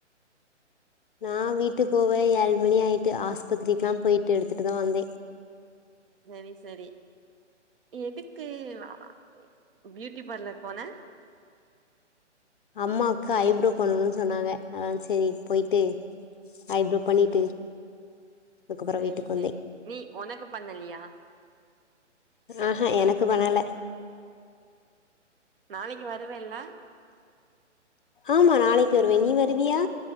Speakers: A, on the left; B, on the right.
A: நா வீட்டுப் போவே ஏழ் மணி ஆயிட்டு ஆஸ்பத்திரிக்லாம் போயிட்டு எடுத்துட்டுதா வந்தே
B: செரி செரி எதுக்கு ஆ பியூட்டி பார்லர் போன
A: அம்மாக்கு ஐ ப்ரோவ் பண்ணணுன் சொன்னாங்க அதா செரி போயிட்டு ஐப்ரோ பண்ணிட்டு அதுக்கப்புறோ
B: செரி
A: வீட்டுக்கு
B: செரி
A: வந்தே
B: நீ ஓனக்கு பண்ணலியா
A: ஆஹ எனக்கு பண்ணல
B: நாளைக்கு வருவ இல்ல
A: ஆமா நாளைக்கு வருவேன் நீ வருவியா